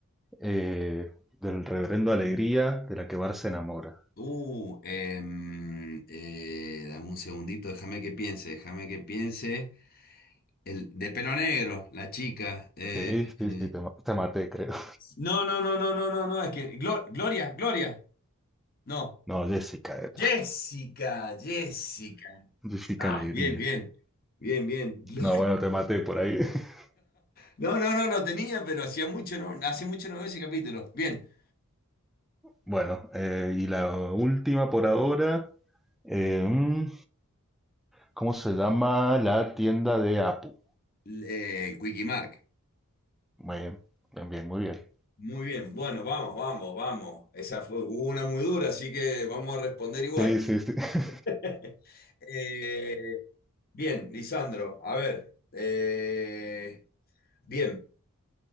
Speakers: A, in the centre; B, on the left.
A: eh, del reverendo Alegría de la que Bar se enamora?
B: Uh, em, eh, dame un segundito, déjame que piense, déjame que piense. El de pelo negro, la chica. eh,
A: Sí,
B: eh,
A: sí, sí, te, ma- te maté, creo. <laughs>
B: No, no, no, no, no, no, no, es que Glo- Gloria, Gloria, no.
A: No, Jessica era.
B: Jessica, Jessica.
A: Jessica
B: Ah,
A: Alegría.
B: bien, bien. Bien, bien. Gloria.
A: No, bueno, te maté por ahí. <laughs>
B: No, no, no, lo tenía, pero hacía mucho, no, hace mucho no veo ese capítulo. Bien.
A: Bueno, eh, y la última por ahora. eh, mm, ¿cómo se llama la tienda de Apu?
B: Eh, Quickie Mark.
A: Muy bien, bien, bien, muy bien.
B: Muy bien. Bueno, vamos, vamos, vamos. Esa fue una muy dura, así que vamos a responder igual.
A: Sí, sí, sí. <laughs>
B: <laughs> Eh, bien, Lisandro, a ver. eh, bien,